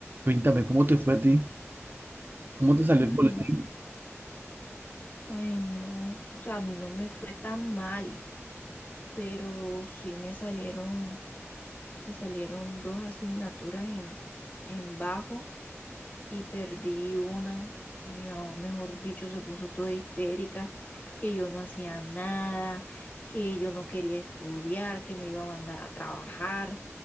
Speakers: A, on the right; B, on the left.
A: Cuéntame, ¿cómo te fue a ti? ¿Cómo te salió
B: Ay,
A: el boletín?
B: ay, no, o sea, a mí no me fue tan mal, pero sí me salieron, me salieron dos asignaturas en, en bajo y perdí una. Mi mamá, mejor dicho, se puso toda histérica, que yo no hacía nada, que yo no quería estudiar, que me iba a mandar a trabajar,